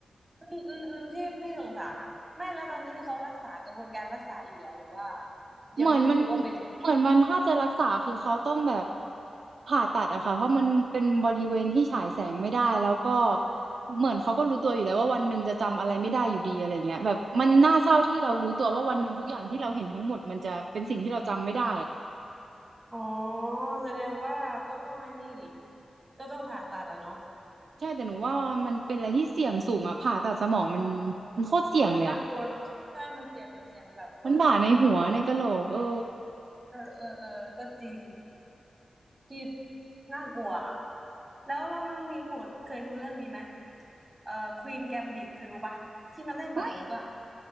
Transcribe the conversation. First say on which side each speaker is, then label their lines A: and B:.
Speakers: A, on the right; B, on the right.
A: อืมอืมอืมที่พี่สงสารอ่ะไม่แล้วตอนนี้คือเขารักษากระบวนการรักษาอยู่เหรอหรือว่า
B: เหมือนมัน
A: ยังไม่รู้ว่าเป็นยังไง
B: เหมือนมันถ้าจะรักษาคือเขาต้องแบบผ่าตัดอะค่ะเพราะมันเป็นบริเวณที่ฉายแสงไม่ได้แล้วก็เหมือนเขาก็รู้ตัวอยู่แล้วว่าวันหนึ่งจะจำอะไรไม่ได้อยู่ดีอะไรเงี้ยแบบมันน่าเศร้าที่เรารู้ตัวว่าวันหนึ่งทุกอย่างที่เราเห็นทั้งหมดมันจะเป็นสิ่งที่เราจำไม่ได้
A: อ๋อแสดงว่าก็ต้องไอ้นี่ดิ ก็ต้องผ่าตัดอ่ะเนาะ
B: ใช่แต่หนูว่ามันเป็นอะไรที่เสี่ยงสูงอะผ่าตัดสมองมันมันโคตรเสี่ยงเลยอะ
A: มันน่ากลัวเนาะใช่มันเสี่ยงมันเสี่ยงมันแบบเปิดสมอง
B: มันบาดในหัวในกะโหลกเออ
A: เออเออเออก็จริงที่น่ากลัวแล้วแล้วน้องนิ้งโหดเคยดูเรื่องนี้ไหมเอ่อควีนแกมบิดเคยดูปะที่มันเล่นหมากรุกอ่ะ
B: อุ้ย